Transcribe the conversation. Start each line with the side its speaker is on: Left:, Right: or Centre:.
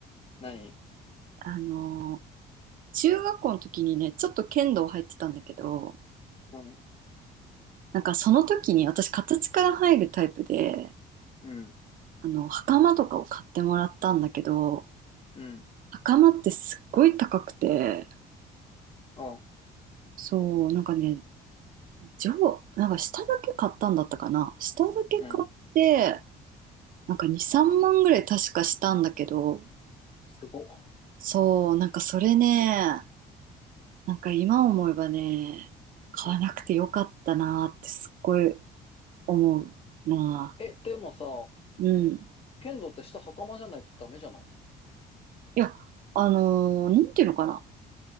Left: 何
Right: あのー中学校の時にね、ちょっと剣道入ってたんだけど、
Left: うん、
Right: なんかその時に私形から入るタイプで、
Left: うん、
Right: あの、袴とかを買ってもらったんだけど、
Left: うん、
Right: 袴ってすっごい高くて、
Left: あ、
Right: そう、なんかね、上、なんか下だけ買ったんだったかな。下だけ買って、
Left: うん、
Right: なんか2、3万ぐらい確かしたんだけど、
Left: すごっ。
Right: そう、なんかそれね、なんか今思えばね、買わなくてよかったなーってすっごい
Left: うん、
Right: 思うな
Left: え、でもさ、
Right: ー。うん。い
Left: 剣道って下袴じゃないとダメじゃない
Right: や、あのーなんていうのかな。